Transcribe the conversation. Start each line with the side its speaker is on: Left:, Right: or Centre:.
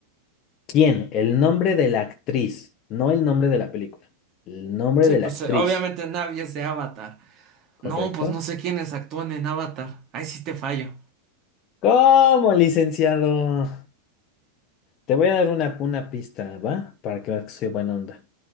Left: ¿Quién? El nombre de la actriz, no el nombre de la película. El nombre
Right: Sí,
Left: de
Right: pues
Left: la actriz,
Right: eh, obviamente Navi es de Avatar.
Left: ¿correcto?
Right: No, pues no sé quiénes actúan en Avatar. Ahí sí te fallo.
Left: ¿Cómo, licenciado? Te voy a dar una, una pista, ¿va? Para que veas que soy buena onda.